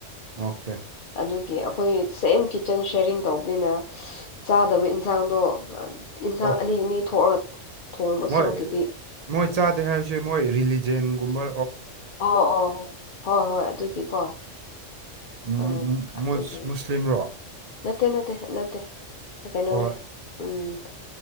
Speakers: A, on the right; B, on the left.
A: ꯑꯣꯀꯦ
B: ꯑꯗꯨꯒꯤ ꯑꯩꯈꯣꯏ ꯁꯦꯝ ꯀꯤꯠꯆꯟ ꯁꯌꯥꯔꯤꯡ ꯇꯧꯕꯅꯤꯅ ꯆꯥꯗꯕ ꯏꯟꯁꯥꯡꯗꯣ ꯏꯟꯁꯥꯡ
A: ꯑꯣ
B: ꯑꯅꯤ ꯑꯅꯤ ꯊꯣꯛꯑꯒ ꯊꯣꯡꯕ
A: ꯃꯣꯏ
B: ꯁꯔꯨꯛꯀꯤꯗꯤ
A: ꯃꯣꯏ
B: ꯀꯩꯅꯣ
A: ꯆꯥꯗꯦ
B: ꯇꯧ
A: ꯍꯥꯏꯕꯁꯦ ꯃꯣꯏ ꯔꯤꯂꯤꯖꯦꯟꯒꯨꯝꯕ
B: ꯑꯣ ꯑꯣ ꯍꯣꯏ ꯍꯣꯏ ꯑꯗꯨꯒꯤꯀꯣ
A: ꯎꯝ
B: ꯑꯥ ꯑꯗꯨꯒꯤ
A: ꯃꯨ ꯃꯨꯁꯂꯤꯝꯔꯣ
B: ꯅꯠꯇꯦ ꯅꯠꯇꯦ ꯅꯠꯇꯦ ꯀꯩꯅꯣꯅꯦ
A: ꯍꯣꯏ
B: ꯎꯝ